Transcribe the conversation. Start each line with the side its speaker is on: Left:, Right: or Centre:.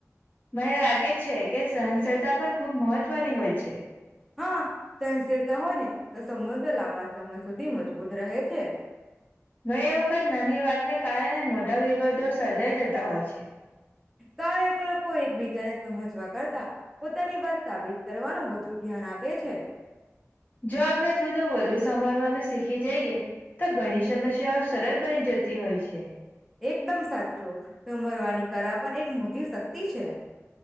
Left: મને લાગે છે કેસ અશળતા પણ ખુબ મહત્વની હોય છે.
Centre: હા સહશરતા હોય ને તો સંબંધો લાંબા સમય સુધી મજબૂત રહે છે.
Left: ઘણી વખત નાની વાતને કારણે મોટા વિવાદો સર્જાઈ જતા હોય છે.
Centre: કારણક લોકો એકબીજાને સમજવા કરતા પોતાની વાત સાબિત કરવાનું વધુ ધ્યાન આપે છે.
Left: જો આપણે થોડું વધુ સાંભળવાનું શીખી જઈએ તો ઘણી સમસ્યાઓ સરળ બની જતી હોય છે.
Centre: એકદમ સાચુંમરવાની કરા પણ એક મોટી શક્તિ છે.